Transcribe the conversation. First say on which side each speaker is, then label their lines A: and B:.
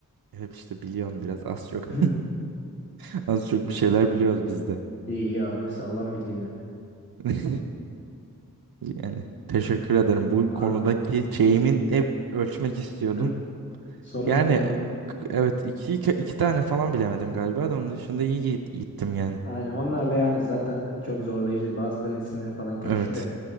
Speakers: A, on the right; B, on the left.
A: Hep işte biliyorum biraz az çok.
B: <clears throat>
A: <laughs> Az çok bir şeyler biliyoruz biz de.
B: İyi iyi abi. Sağlam bilgiydi yani.
A: <laughs> Yani teşekkür ederim.
B: <laughs>
A: Bu
B: Abi.
A: konudaki şeyimin hep ölçmek istiyordum.
B: <clears throat> Sonunda
A: Yani
B: oldu.
A: k- evet iki, iki, iki tane falan bilemedim galiba da onun dışında iyi git- gittim yani.
B: Aynen. Onlar da yani zaten çok zorlayıcıydı. Bazılarının isimleri falan karışıyor.
A: Evet.
B: ya.